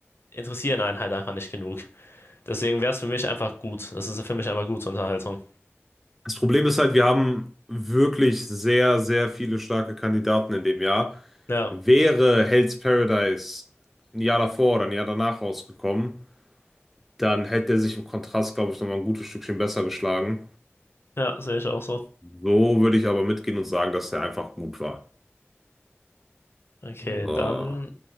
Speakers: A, on the left; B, in the centre.
A: interessieren einen halt einfach nicht genug. Deswegen wäre es für mich einfach gut. Es ist für mich einfach gute Unterhaltung.
B: Das Problem ist halt, wir haben wirklich sehr, sehr viele starke Kandidaten in dem Jahr.
A: Ja,
B: Wäre Hell's Paradise ein Jahr davor oder ein Jahr danach rausgekommen, dann hätte er sich im Kontrast, glaube ich, nochmal ein gutes Stückchen besser geschlagen.
A: ja, sehe ich auch so.
B: So würde ich aber mitgehen und sagen, dass der einfach gut war.
A: Okay,
B: So.
A: dann